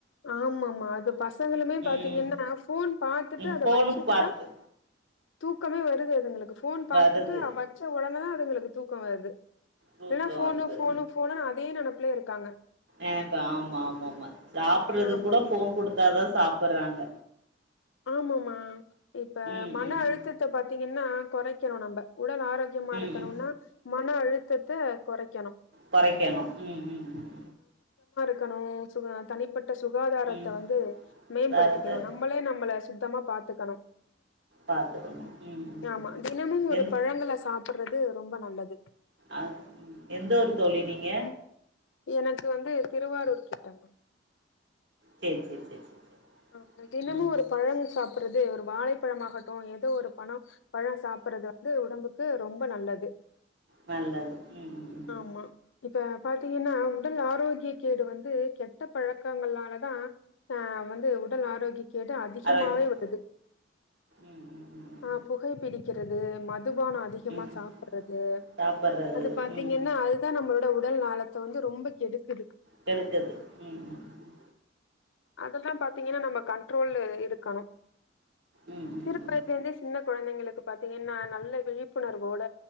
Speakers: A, on the left (about 75°); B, on the right (about 65°).
A: ஆமா ஆமா அது பசங்களுமே பாத்தீங்கன்னா
B: ம்
A: போன் பாத்துட்டு
B: ம்
A: அத
B: ஃபோனு
A: வச்சுட்டுதான்
B: பாத்து
A: தூக்கமே வருது அதுங்களுக்கு போன் பாத்துட்டு
B: வருது
A: அ வச்ச உடனே பசங்களுக்கு தூக்கம் வருது
B: தூக்கோ
A: எல்லா போனு
B: வருது
A: போனு போனு அதே நெனப்புல இருக் க்காங்க
B: ஆஹ்ப ஆமா ஆமா ஆமா சாப்பிடறது
A: ஆமா
B: கூட போன் கொடுத்தாதான் சாப் போடுறாங்க
A: ஆமாம இப்ப
B: ம்
A: மன
B: ம் ம்
A: அழுத்தத்த பாத்தீங்கன்னா குறக்கிணும் நம்ப உடல் ஆரோக்கியமா
B: ம்
A: இருக்கணும்னா
B: ம்
A: மன அழுத்தத்த குறைக்கணும்
B: குறைக்கணும் உம் உம் உம்
A: க்கனு சுக தனிப்பட்ட சுகாதாரத்த
B: ம்
A: வந்து மேம்படுத்திக்கணும்
B: வேற சார்
A: நம்மளே நம்ம சுத்தமா பாத்துக்கணும்
B: பாத்துக்கணு ம் ம்
A: ஆமா தினமும் ஒரு
B: என்
A: பழங்கள சாப் சாப்டுறது ரொம்ப நல்லது
B: அஹ் எந்த ஊரு தோழி நீங்க
A: எனக்கு வந்து திருவாரூர் கிட்ட மா
B: சேரி சேரி சேரி சேரி
A: ஆஹ் தினமும்
B: ம்
A: ஒரு பழங்க சாப் அப்புறது ஒரு வாழைப்பழமாகட்டும் ஏதோ ஒரு பண பழம் சாப்படுறது வந்து உடம்புக்கு ரொம் ரொம்ப நல்லது
B: நல்லது உம் உம் உம் உம்
A: ஆமா இப்ப பாத்தீங்கன்னா உடல் ஆரோக்கிய கேடு வந்து கெட்ட பழக்கங்களால தான் ஆஹ் வந்து உடல் ஆரோக்கிய கேட்டு அதிகமே
B: ஆரோக்கியம்
A: வருது
B: ம் ம் ம் ம்
A: ஆஹ புகை பிடிக் கிறது மாட் மதுபான அதிகமா
B: ம் ம்
A: சாபறது
B: சாப்பட்றது
A: அது பாத்திங்கன்னா
B: ம்
A: அதுதா நம்மளோட உ உடல் நாலத்த வந்து ரொம்ப கெடுக்குது
B: கெடுக்குது ம் ம் ம்
A: அதெலாபாத்திங்கனாக் நம்ப கண்ட்ரோல்ல இருக்கணும்
B: ம் ம் ம்
A: <unintelligible>
B: ம்
A: சின்ன குழந்தைங்களுகு பாத்திங்கன்னா நல்ல விழிப்புணர்வோட